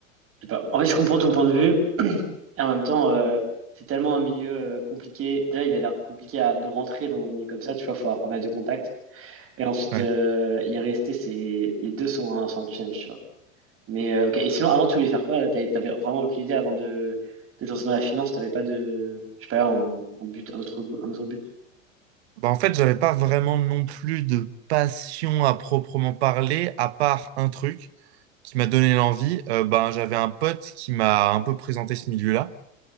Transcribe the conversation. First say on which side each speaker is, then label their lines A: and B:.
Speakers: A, on the right; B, on the right.
A: je sais pas. En fait, je comprends ton point de vue. Et en même temps, euh, c'est tellement un milieu euh, compliqué. Déjà, il a l'air compliqué à, de rentrer dans un milieu comme ça, tu vois, faut avoir pas mal de contacts. Et ensuite,
B: Ouais.
A: euh, y rester, c'est, les deux sont un, sont un challenge, tu vois. Mais, euh, ok. Et sinon, avant, tu voulais faire quoi? T'avais t'avais vraiment aucune idée avant de, de te lancer dans la finance, t'avais pas de, je sais pas, un, un but, un autre, un autre but
B: Bah, en fait, j'avais pas vraiment non plus de passion à proprement parler, à part un truc qui m'a donné l'envie. Euh, ben, j'avais un pote qui m'a un peu présenté ce milieu-là.